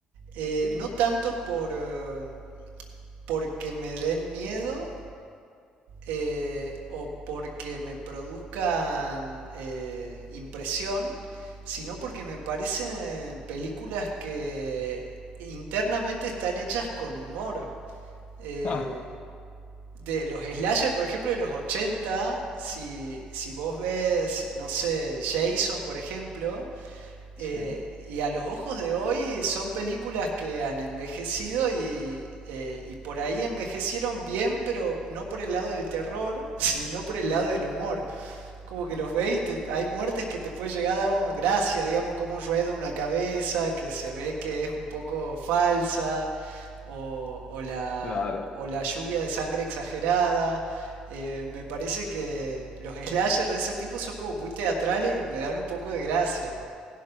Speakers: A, on the right; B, on the left.
A: Eh,
B: Sí.
A: no tanto por... eh, porque me den miedo, eh, o porque me produzcan eh, impresión, sino porque me parecen películas que internamente están hechas con humor. Eh,
B: Ah,
A: de los slasher, por ejemplo, de los 80, si, si vos ves, no sé, Jason, por ejemplo,
B: sí,
A: eh, y a los ojos de hoy son películas que han envejecido y, eh, y por ahí envejecieron bien, pero no por el lado del terror, <laughs> sino por el lado del humor. Como que los ve y te- hay muertes que te puede llegar a dar gracia, digamos, como rueda una cabeza, que se ve que es un poco falsa, o, o la,
B: claro.
A: o la lluvia de sangre exagerada. Eh, me parece que los slashers de ese tipo son como muy teatrales y me dan un poco de gracia.